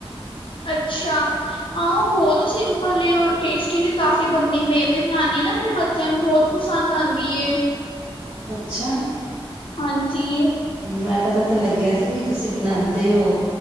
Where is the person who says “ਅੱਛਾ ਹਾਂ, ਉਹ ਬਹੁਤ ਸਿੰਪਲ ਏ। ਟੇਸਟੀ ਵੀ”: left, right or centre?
Left